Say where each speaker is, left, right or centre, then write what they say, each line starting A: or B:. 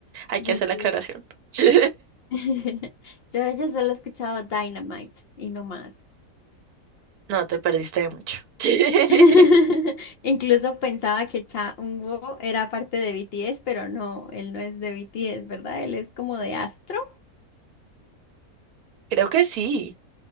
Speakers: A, on the right; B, on the left.
A: Hay
B: BTS.
A: que hacer la aclaración. <laughs>
B: Yo, <laughs> yo de ellos solo he escuchado Dynamite y no más.
A: No, te perdiste de mucho. <laughs>
B: <laughs> Incluso pensaba que Cha Eun-woo era parte de BTS, pero no, él no es de BTS, ¿verdad? Él es como de Astro.
A: Creo que sí.